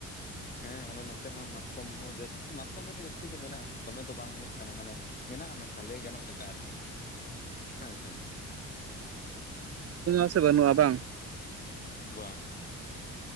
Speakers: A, on the left (about 30°); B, on the right (about 55°).
A: ᱦᱮᱸ ᱟᱞᱮ ᱱᱚᱛᱮ ᱢᱟ ᱢᱟᱛᱠᱚᱢ ᱦᱚᱸ ᱡᱟᱹᱥᱛᱤ ᱢᱟᱛᱠᱚᱢ ᱫᱚ ᱟᱹᱰᱤ ᱡᱟᱹᱥᱛᱤ ᱜᱮ ᱢᱮᱱᱟᱜ-ᱟ ᱫᱚᱢᱮ ᱫᱚ ᱵᱟᱝ ᱦᱮᱡ ᱠᱟᱱᱟ ᱢᱟᱱᱮ ᱢᱮᱱᱟᱜ-ᱟ ᱢᱮᱱᱠᱷᱟᱱ ᱞᱟᱹᱭ ᱜᱟᱱᱚᱜ ᱞᱮᱠᱟ ᱟᱨᱠᱤ ᱦᱮᱸ ᱥᱮ
B: <inaudible> ᱥᱮ ᱵᱟᱹᱱᱩᱜ-ᱟ ᱵᱟᱝ
A: ᱵᱟᱝ